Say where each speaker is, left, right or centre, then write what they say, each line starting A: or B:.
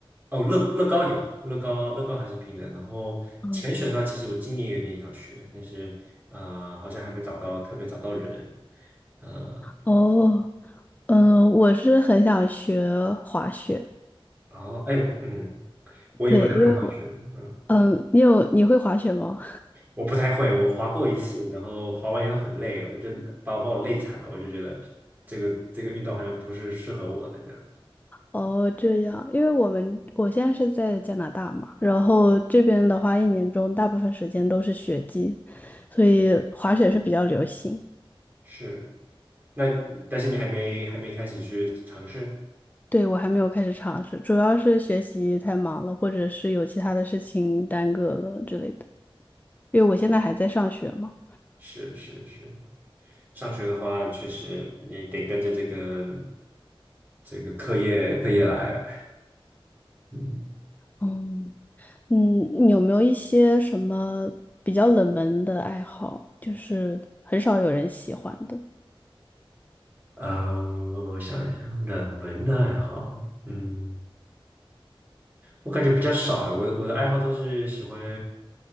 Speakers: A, on the right; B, on the left.
A: 哦，乐乐高有乐高，乐高还是平的。然后潜水的话，
B: 嗯。
A: 其实我今年有点想学，但是呃，好像还没找到特别找到人，呃，
B: 哦，嗯，我是很想学滑雪。
A: 然后哎，嗯，我也不太会滑雪，
B: 对，因为我，
A: 嗯。
B: 嗯，你有你会滑雪吗？
A: 我不太会，我滑过一次，然后滑完以后很累，我就把我把我累惨了，我就觉得这个这个运动好像不是适合我的这样。
B: 哦，这样，因为我们我现在是在加拿大嘛，然后这边的话，一年中大部分时间都是雪季，所以滑雪是比较流行。
A: 是，那但是你还没还没开始去尝试，
B: 对，我还没有开始尝试，主要是学习太忙了，或者是有其他的事情耽搁了之类的。因为我现在还在上学嘛。
A: 是是是。上学的话，确实你得跟着这个这个课业课业来。嗯，
B: 嗯，嗯，你有没有一些什么比较冷门的爱好，就是很少有人喜欢的？
A: 啊、我想一想，冷门的爱好，嗯。我感觉比较少哎，我的我的爱好都是喜欢